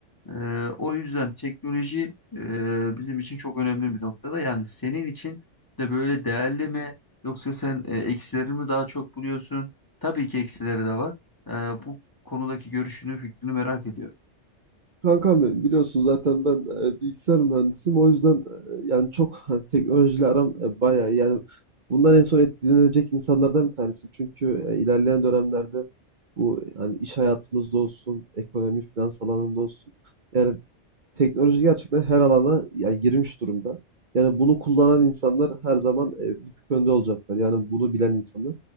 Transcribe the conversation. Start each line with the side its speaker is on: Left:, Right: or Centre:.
Left: E, o yüzden teknoloji ee, bizim için çok önemli bir noktada. Yani senin için de böyle değerli mi yoksa sen e, eksileri mi daha çok buluyorsun? Tabii ki eksileri de var. Ee, bu konudaki görüşünü, fikrini merak ediyorum.
Right: Kankam benim biliyorsun zaten ben e, bilgisayar mühendisiyim. O yüzden e, yani çok hani, teknolojiyle aram e, bayağı iyi. yani bundan en son etkilenecek insanlardan bir tanesiyim. Çünkü e, ilerleyen dönemlerde bu yani iş hayatımızda olsun, ekonomi, finans alanında olsun. Yani Teknoloji gerçekten her alana yani girmiş durumda. Yani bunu kullanan insanlar her zaman e, bir tık önde olacaklar. Yani bunu bilen insanlar.